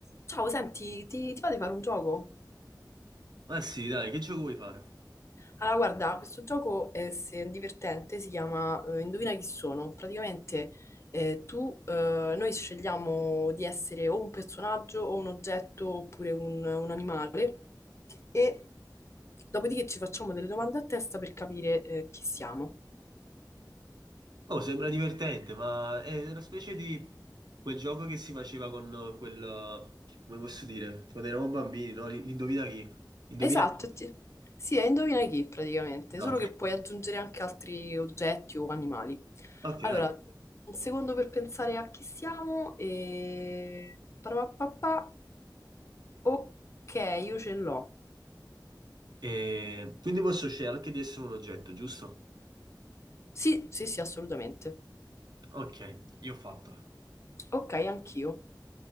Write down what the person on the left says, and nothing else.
Ciao, senti, ti, ti va di fare un gioco?
Allora, guarda, questo gioco è se- divertente, si chiama eh, Indovina chi sono. Praticamente eh, tu, eh, noi scegliamo di essere o un personaggio o un oggetto oppure un, un animale e dopodiché ci facciamo delle domande a testa per capire eh, chi siamo.
Esatto,
ti- sì, è indovina chi praticamente,
solo che puoi
aggiungere anche altri oggetti o animali.
Allora,
un secondo per pensare a chi siamo e... parapapapà. Ok, io ce l'ho.
Sì, sì, sì, assolutamente.
Ok, anch'io.